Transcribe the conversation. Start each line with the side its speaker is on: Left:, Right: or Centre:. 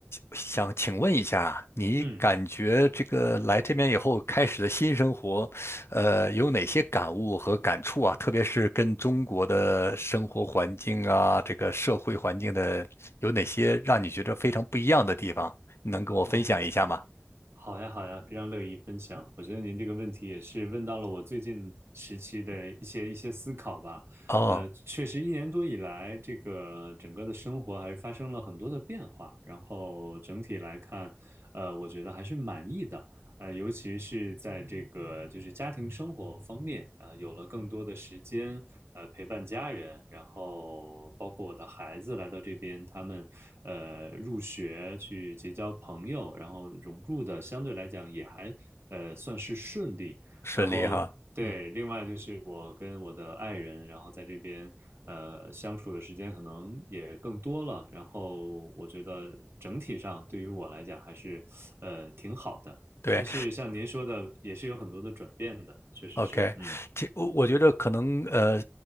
Left: 想想请问一下，你感觉这个来这边以后开始的新生活，
Right: 嗯，
Left: 呃，有哪些感悟和感触啊？特别是跟中国的生活环境啊，这个社会环境的，有哪些让你觉得非常不一样的地方？能跟我分享一下吗？
Right: 哦，好呀好呀，非常乐意分享。我觉得您这个问题也是问到了我最近时期的一些一些思考吧。
Left: 哦，
Right: 呃，确实一年多以来，这个整个的生活还是发生了很多的变化，然后整体来看，呃，我觉得还是满意的。呃，尤其是在这个就是家庭生活方面，啊、有了更多的时间，呃，陪伴家人，然后包括我的孩子来到这边，他们呃入学去结交朋友，然后融入的相对来讲也还呃算是顺利。
Left: 顺利哈，
Right: 然后对，
Left: 嗯，
Right: 另外就是我跟我的爱人，然后在这边呃相处的时间可能也更多了，然后我觉得整体上对于我来讲还是呃挺好的。
Left: 对。
Right: 但是像您说的，也是有很多的转变的，确实是，
Left: OK，
Right: 嗯
Left: 这我我觉得可能呃，